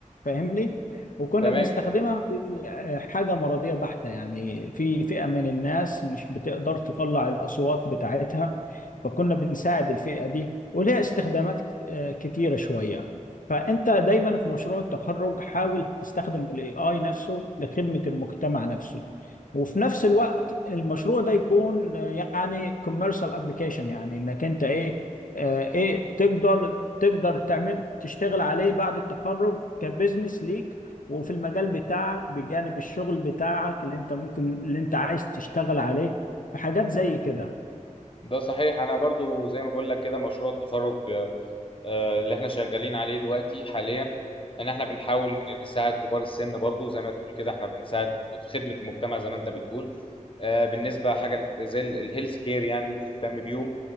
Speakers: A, on the left (about 90°); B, on the left (about 40°).
A: فاهمني وكنا
B: تمام
A: بنستخدمها في آه، حاجة مرضية بحتة يعني في فئة من الناس مش بتقدر تطلع الأصوات بتاعتها فكنا بنساعد الفئة دي ولها استخدامات آه، كتيرة شوية فأنت دايما في مشروع التخرج حاول تستخدم ال AI نفسه لخدمة المجتمع نفسه وفي نفس الوقت المشروع ده يكون آه، يعني كوميرشال ابلكيشن يعني انك انت ايه آه، ايه تقدر تقدر تعمل تشتغل عليه بعد التخرج كبزنس ليك وفي المجال بتاعك بجانب الشغل بتاعك اللي انت ممكن اللي انت عايز تشتغل عليه في حاجات زي كده
B: ده صحيح انا برضو زي ما بقول لك كده مشروع التخرج آه، اللي احنا شغالين عليه دلوقتي حاليا ان احنا بنحاول نساعد كبار السن برضو زي ما تقول كده احنا بنساعد في خدمه المجتمع زي ما انت بتقول آه، بالنسبه حاجه زي الهيلث كير يعني بنهتم بيهم